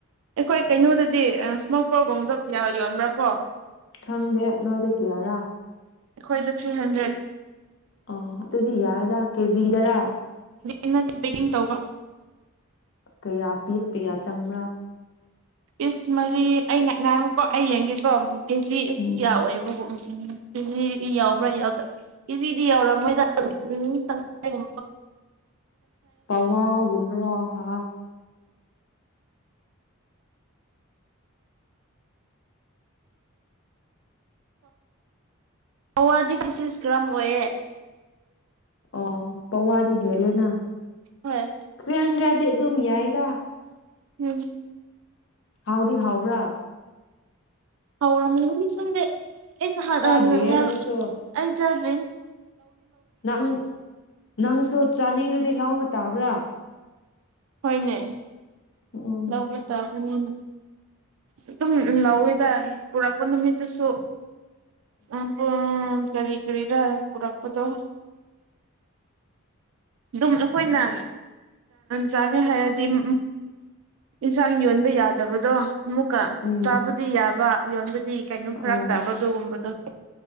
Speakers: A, on the right (about 65°); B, on the left (about 55°).
A: ꯑꯩꯈꯣꯏ ꯀꯩꯅꯣꯗꯗꯤ ꯏꯁꯃꯣꯀꯔꯒꯨꯝꯕꯗꯣ ꯌꯣꯟꯕ꯭ꯔꯥ ꯀꯣ
B: ꯈꯪꯗꯦ ꯅꯣꯏꯗ ꯀꯌꯥꯔꯥ
A: ꯑꯩꯈꯣꯏꯗ ꯊ꯭ꯔꯤ ꯍꯟꯗ꯭ꯔꯦꯠ
B: ꯑ ꯑꯗꯨꯗꯤ ꯌꯥꯏꯗ ꯀꯦꯖꯤꯗꯔꯥ
A: ꯏꯟꯅ ꯄꯦꯀꯤꯡ ꯇꯧꯕ
B: ꯀꯌꯥ ꯄꯤꯁ ꯀꯌꯥ ꯆꯪꯕ꯭ꯔꯥ
A: ꯄꯤꯁ ꯃꯔꯤ ꯑꯩ ꯉꯥꯡꯨꯀꯣ ꯑꯩ ꯌꯦꯡꯒꯦꯀꯣ ꯀꯦꯖꯤ
B: ꯎꯝ
A: ꯀꯌꯥ ꯑꯣꯏꯕꯒꯨꯝ ꯎꯝ ꯀꯤꯖꯤ ꯌꯥꯎꯕ꯭ꯔꯥ ꯌꯥꯎꯗ꯭ꯔꯥ ꯀꯤꯖꯤꯗꯤ ꯌꯥꯎꯔꯥ ꯃꯣꯏꯗ ꯎꯝ ꯆꯒ
B: ꯄꯋꯥ ꯝꯕꯔꯥ ꯍꯥꯥ
A: ꯑꯧꯋꯥꯗꯤ ꯀꯁꯤ ꯀ꯭ꯔꯃ ꯑꯣꯏꯌꯦ
B: ꯑꯣ ꯄꯋꯥꯗꯤ ꯍꯦꯜꯂꯦꯅ
A: ꯍꯣꯏ
B: ꯈ꯭ꯔꯪꯒ꯭ꯔꯗꯤ ꯑꯗꯨꯝ ꯌꯥꯏꯗ
A: ꯎꯝ
B: ꯍꯥꯎꯗꯤꯔꯤ ꯍꯧꯥꯎ꯭ꯔꯥ
A: ꯍꯥꯎꯔꯝꯅꯤ ꯈꯪꯗꯦ <unintelligible>
B: ꯆꯥꯗ꯭ꯔꯤꯌꯦ ꯅꯪꯁꯨ
A: ꯆꯗꯔꯤ
B: ꯅꯪ ꯅꯪꯁꯨ ꯆꯥꯅꯤꯡꯉꯗꯤ ꯂꯥꯎꯕ ꯇꯥꯕ꯭ꯔꯥ
A: ꯍꫭꯏꯅꯦ
B: ꯎꯝ
A: ꯂꯧꯕ ꯇꯥꯕꯅꯤꯅ ꯑꯗꯨꯝ ꯂꯧꯋꯦꯗ ꯄꯨꯔꯛꯄ ꯅꯨꯃꯤꯠꯇꯨꯁꯨ ꯎꯝ ꯀꯔꯤ ꯀꯔꯤꯗ ꯄꯨꯔꯛꯄꯗꯣ ꯑꯗꯨꯝ ꯑꯩꯈꯣꯏꯅ ꯆꯥꯒꯦ ꯍꯥꯏꯔꯗꯤꯝ ꯏꯟꯁꯥꯡ ꯌꯣꯟꯕ ꯌꯥꯗꯕꯗꯣ ꯑꯃꯨꯛꯀ
B: ꯎꯝ
A: ꯆꯥꯕꯗꯤ ꯌꯥꯕ ꯌꯣꯟ ꯁꯤ ꯀꯩꯅꯣꯝ
B: ꯑꯣ
A: ꯐꯔꯛ ꯇꯥꯕꯗꯣꯒꯨꯝꯕꯗꯣ